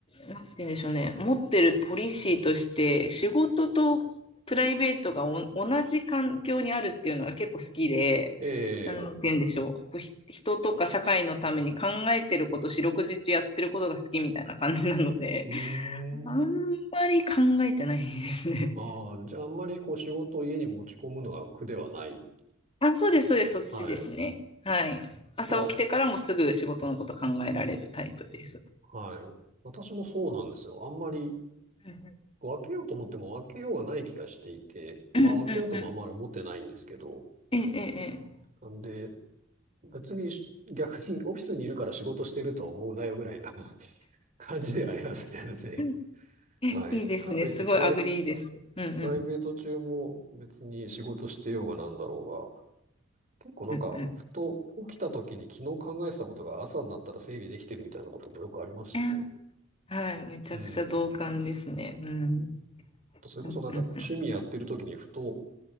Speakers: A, on the left (about 30°); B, on the right (about 40°).
A: う、なんて言うんでしょうね。持ってるポリシーとして、仕事とプライベートがお同じ環境にあるっていうのが結構好きで、
B: ええ、
A: なんて言うんでしょう。こう、ひ人とか社会のために考えてること、四六時中やってることが好きみたいな感じなので、
B: うー
A: あんまり考えてないですね。
B: ん。ああ、じゃああんまりこう仕事を家に持ち込むのが苦ではない。
A: あ、そうです、そうです、そっちですね。
B: はい。い
A: はい。朝起きてからもすぐ仕事のこと考えられるタイプです。
B: や、わはい。私もそうなんですよ。あんまり
A: うん
B: こう分けようと思っても分けようがない気がしていて、
A: うんうんうん。
B: まあ分けようともあんまり思ってないんですけど、
A: えええ
B: なんで、別にし <laughs> 逆にオフィスにいるから仕事してるとは思うなよぐらいな <laughs> 感じではありますけどね。
A: え。うんえいいですね。
B: はい。かといってプライ、
A: すごいアグリーです。
B: プ
A: うんうん
B: ライベート中も別に仕事してようがなんだろうが、結構なんか、
A: うんう
B: ふと起きた時に昨日考えてたことが朝になったら整理できてるみたいなこともよくありますしね。
A: ん。えはい。めちゃくちゃ同感ですね。
B: うん。
A: うん。
B: それこそなんか趣味やってる時にふと
A: うんうんうん。